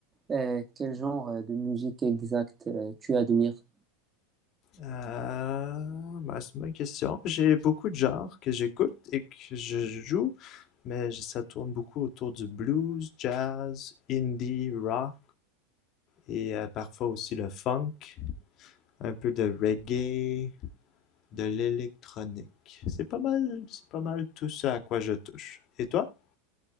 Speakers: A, on the right; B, on the left.
A: Euh, quel genre euh, de musique exacte euh, tu admires?
B: euh, bah, c'est ma question. J'ai beaucoup de genres que j'écoute et que je joue, mais ça tourne beaucoup autour du blues, jazz, indie, rock et euh, parfois aussi le funk, un peu de reggae, de l'électronique. C'est pas mal, c'est pas mal tout ça à quoi je touche. Et toi?